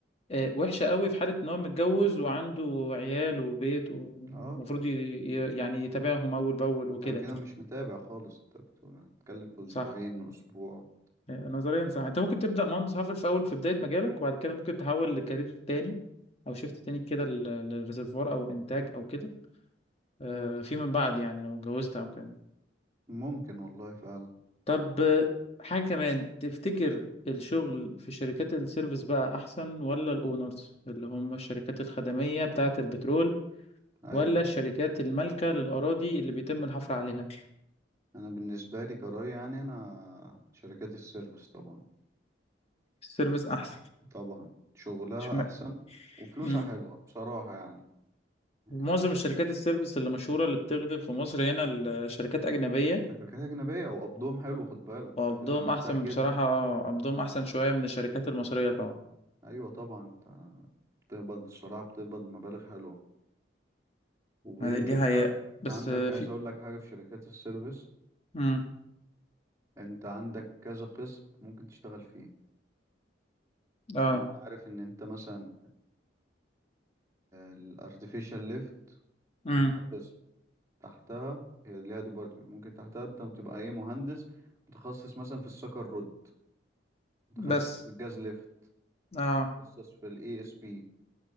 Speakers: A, on the left; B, on the right.
A: آه، وحشة قوي في حالة ان هو متجوز وعنده عيال وبيت ومفروض
B: اه
A: ي- ي- يعني يتابعهم اول باول
B: انت
A: وكده يعني
B: كده مش متابع خالص انت بتقول هتتكلم في اسبوعين
A: صح
B: اسبوع
A: آه، نظريا صح انت ممكن تبدا مهندس حفر في اول في بدايه مجالك وبعد كده ممكن تحول لكارير تاني او شيفت تاني كده لل- للريزرفوار او انتاج او كده آه، فيما بعد يعني لو اتجوزت او كده
B: ممكن والله فعلا
A: طب آه، حاجه كمان تفتكر الشغل في شركات السيرفيس بقى احسن ولا الاونرز اللي هم الشركات الخدميه بتاعه البترول
B: ايوه
A: ولا الشركات المالكه للاراضي اللي بيتم الحفر عليها
B: انا بالنسبة لي كراي يعني انا شركات السيرفيس طبعا
A: السيرفيس احسن
B: طبعا شغلها
A: اشمعنى
B: احسن وفلوسها
A: امم
B: حلوة بصراحة يعني يعني
A: معظم الشركات السيرفيس اللي مشهورة اللي بتخدم في مصر هنا الشركات أجنبية
B: شركات أجنبية وقبضهم حلو خد بالك
A: وقبضهم
B: هتبقى مرتاح
A: احسن
B: جدا
A: بصراحة اه قبضهم احسن شوية من الشركات المصرية طبعا
B: أيوة طبعا أنت بتقبض الصراحة بتقبض مبالغ حلوة وغير
A: ما
B: كده
A: دي دي حقيقة
B: أنت
A: بس
B: عندك
A: آه،
B: عايز
A: في
B: أقول لك حاجة في شركات السيرفيس
A: امم
B: أنت عندك كذا قسم ممكن تشتغل فيه يعني
A: اه
B: أنت عارف إن أنت مثلا الأرتفيشال ليفت
A: امم
B: ليها قسم تحتها هي ليها ديبارتمنت ممكن تحتها أنت بتبقى إيه مهندس متخصص مثلا في السكر رود متخصص
A: بس
B: في الجاز ليفت
A: اه
B: متخصص في الاي اس بي